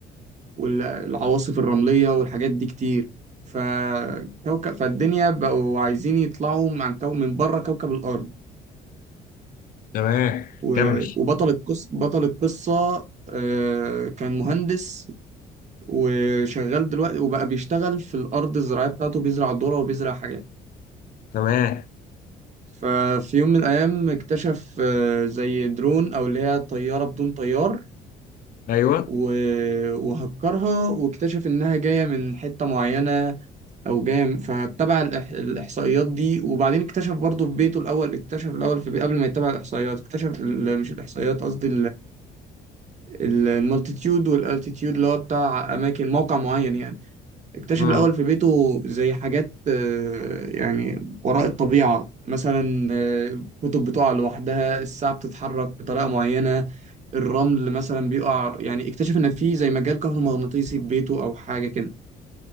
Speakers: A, on the right (about 45°); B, on the left (about 55°).
A: والعواصف الرملية والحاجات دي كتير فكوكب فالدنيا بقوا عايزين يطلعوا من كو... من بره كوكب الأرض
B: تمام
A: و...
B: كمل
A: وبطل القصة بطل القصة آه، كان مهندس وشغال دلوقتي وبقى بيشتغل في الأرض الزراعية بتاعته بيزرع ذرة وبيزرع حاجات
B: تمام
A: ففي يوم من الأيام اكتشف آه، زي درون أو اللي هي طيارة بدون طيار
B: ايوه
A: و- وهكرها واكتشف انها جايه من حته معينه او جايه من- فاتبع الإح- الاحصائيات دي وبعدين اكتشف برضه في بيته الاول اكتشف الاول في بي... قبل ما يتبع الاحصائيات اكتشف ال... مش الاحصائيات قصدي المالتيتيود والالتيتيود اللي هو بتاع اماكن موقع معين يعني اكتشف
B: امم
A: الاول في بيته زي حاجات آه، يعني وراء الطبيعه مثلا آه، كتب بتقع لوحدها الساعه بتتحرك بطريقه معينه الرمل مثلا بيقع يعني اكتشف ان في زي مجال كهرومغناطيسي في بيته او حاجه كده